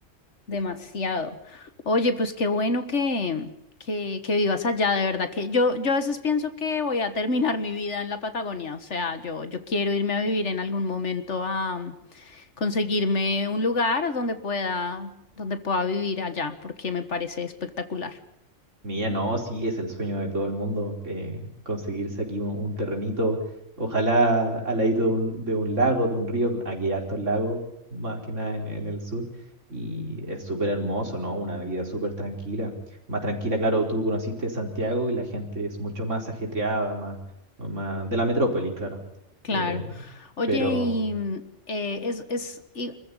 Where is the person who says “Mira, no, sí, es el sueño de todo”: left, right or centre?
Right